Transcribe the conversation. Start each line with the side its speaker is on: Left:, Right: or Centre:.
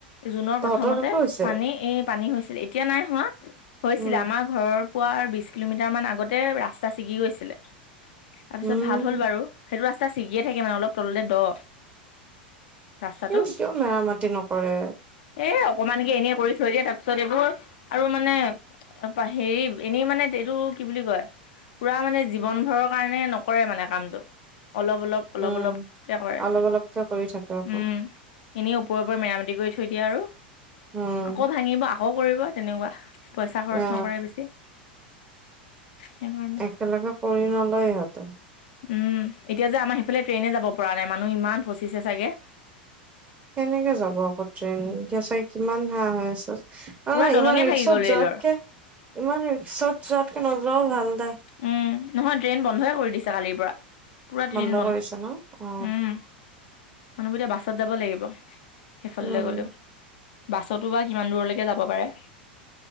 Left: জুনৰ
Right: তহঁতৰ
Left: প্ৰথমতে
Right: তাতো হৈছে
Left: পানী এই পানী হৈছিল এতিয়া নাই হোৱা হৈছিলে
Right: উম,
Left: আমাৰ ঘৰৰ পোৱাৰ বিশ কিলোমিটাৰ মান আগতে ৰাস্তা ছিগি গৈছিলে তাৰপিছত
Right: উম।
Left: ভাল হ'ল বাৰু সেইটো ৰাস্তা ছিগিয়ে থাকে মানে অলপ তললে দ' ৰাস্তাটো।
Right: কিয় মেৰামতি নকৰে
Left: এ অকমানকে এনে কৰি থৈ দিয়ে তাৰ পিছত এইবোৰ আৰু মানে হেৰি এনেই মানে এইটো কি বুলি কয় পুৰা মানে জীৱন ভৰৰ কাৰণে নকৰে মানে কামটো অলপ অলপ অলপ
Right: উম
Left: অলপকে কৰে
Right: অলপ অলপকে কৰি থাকে আকৌ
Left: উম এনেও মেৰামতি কৰি থৈ দিয়ে আৰু
Right: উম
Left: আকৌ ভাঙিব আকৌ কৰিব তেনেকুৱা পইচা খৰচ
Right: অ
Left: নকৰে বেছি সেইকাৰণে
Right: একেলগে কৰি নলয় ইহঁতে
Left: উম এতিয়া যে আমাৰ সিফালে ট্ৰেইনে যাব পৰা নাই মানুহ ইমান ফচিছে চাগে
Right: কেনেকে যাব আকৌ ট্ৰেইন এতিয়া চাগে কিমান <unintelligible> হৈ আছে আৰু
Left: পুৰা
Right: নহয়
Left: দলঙে
Right: ইমান ৰিক্সত
Left: ভাগি গ'ল
Right: যোৱাতকে
Left: ৰেলৰ
Right: ইমান ৰিক্সত যোৱাতকে নোযোৱাও ভাল দে
Left: উম নহয় ট্ৰেইন বন্ধয়ে কৰি দিছে কালিৰ পৰা পুৰা ট্ৰেইন
Right: বন্ধ কৰিছে ন অ
Left: উম মানুহবোৰ এতিয়া বাছত যাব লাগিব সেইফাললৈ
Right: উম
Left: গলেও বাছতো বা কিমান দূৰলৈকে যাব পাৰে।